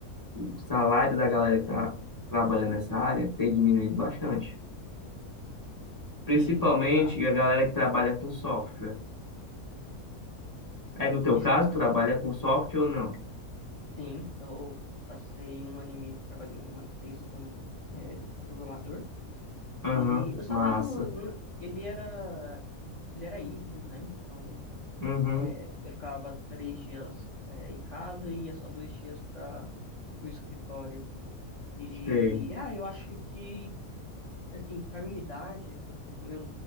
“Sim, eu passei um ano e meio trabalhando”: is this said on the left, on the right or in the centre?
Left